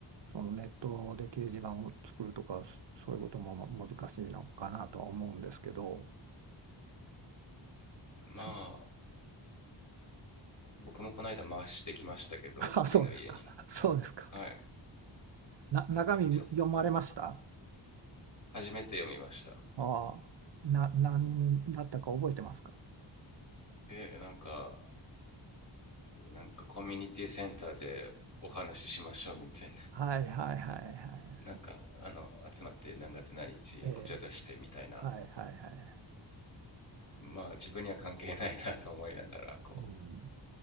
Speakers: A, on the right; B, on the left.
A: そのネットで掲示板を作るとかそそういうことも難しいのかなとは思うんですけど
B: まあ
A: そ
B: 僕もこの間回してきましたけど次の家に
A: <laughs> あそうですか <laughs> そうですか
B: はい
A: な中身読まれました
B: ちょ初めて読みました
A: ああな何人だったか覚えてますか
B: えなんかなんかコミュニティセンターでお話ししましょうみたいな
A: はいはいはいはい。
B: なんかあの集まって何月何日お茶出してみたいな
A: ええ、はいはいはい。
B: まあ自分には関係ないなと思いながらこ
A: うん、